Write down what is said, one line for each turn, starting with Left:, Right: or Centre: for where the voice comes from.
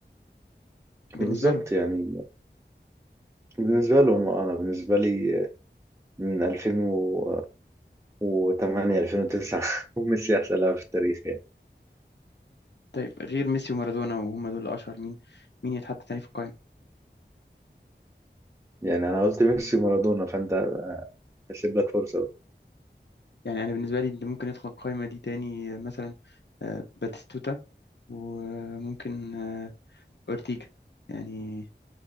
Left: بالنسبة
Right: بالظبط
Left: لهم
Right: يعني بالنسبة لهم أنا بالنسبة لي من 2008 2009 <laughs> ميسي أحسن لاعب في التاريخ يعني
Left: طيب غير ميسي ومارادونا وهم دول الأشهر مين مين يتحط تاني في القائمة
Right: يعني أنا قلت ميسي مارادونا فأنت هسيب لك فرصة بقى.
Left: يعني أنا بالنسبة لي اللي ممكن يدخل القائمة دي تاني آه، مثلا آه باتيستوتا وممكن آه أورتيجا يعني